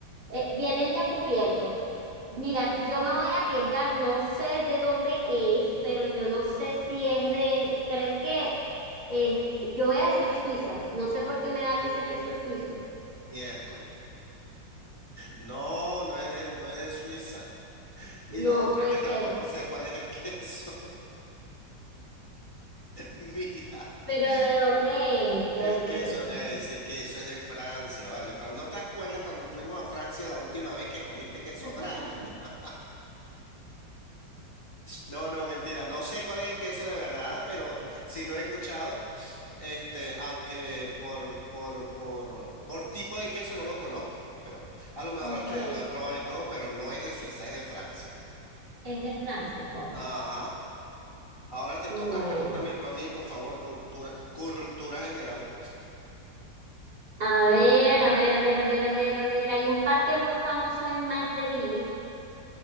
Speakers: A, on the right; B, on the left.
A: eh, vienen ya cubiertos. Mira, yo me voy a arriesgar, no sé de dónde es, pero yo no sé si es de, creo que es- yo voy a decir Suiza. No sé por qué me da que ese queso es suizo.
B: Miércoles. No, no es de- no es de Suiza. Y
A: No
B: lo otro
A: puede
B: es que
A: ser.
B: tampoco sé cuál es el <laughs> queso. Mira,
A: Pero ¿de dónde
B: no-
A: es? ¿De
B: el
A: dónde
B: queso,
A: es? ¿Y
B: eh,
A: tú?
B: ese queso es de Francia, vale. Fran, ¿no te acuerdas cuando fuimos a Francia la última vez que comiste
A: <laughs>
B: queso Brie? <laughs> No, no, mentira. No sé cuál es el queso de verdad, pero sí lo he escuchado. Este, aunque por, por, por, por tipo de queso no lo conozco, pero a lo mejor
A: Ok,
B: hasta ya lo he probado y todo, pero no es de Suiza, es de Francia.
A: es de Francia, concha.
B: Ajá. Ahora te
A: Bueno,
B: toca, pregúntame tú a mí, por favor, cultura, cultura general.
A: a ver, a ver, a ver, a ver, a ver, a ver. Hay un parque muy famoso en Madrid